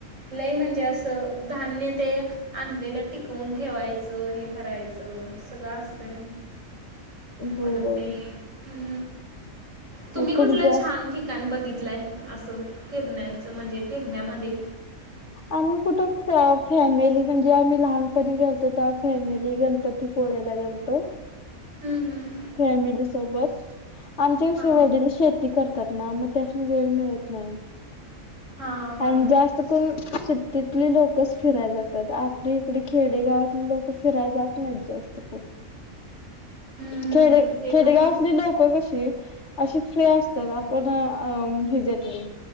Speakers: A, on the right; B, on the left.
A: लय म्हणजे असं धान्य ते आणलेलं टिकवून ठेवायचं हे करायचं सगळं असत
B: हो
A: प ते ह् तुम्ही
B: मग
A: कुठला
B: तुमच्या
A: छान ठिकाण बघितलाय असं फिरण्याचं म्हणजे फिरण्यामध्ये
B: आम्ही कुठ फॅ फॅमिली म्हणजे आम्ही लहानपणी गेलतो तवा फॅमिली गेलतो पोळयला गेलतो
A: हम् हम्म
B: फॅमिली सोबत आमचे कसं
A: हां
B: वडील शेती करत. त्यात ना मग त्यास्नी वेळ मिळत नाही.
A: हां हां
B: आणि जास्त करून शरातली लोकचं फिराय जात्यात आपली इकडे खेडेगावातली लोक फिराय जात नाहीत जास्त.
A: हम्म,
B: खेडे
A: ते
B: खेडेगावातली
A: पण
B: लोक कशी अशी फ्री असतात आपण अम अ ह्याज्यातली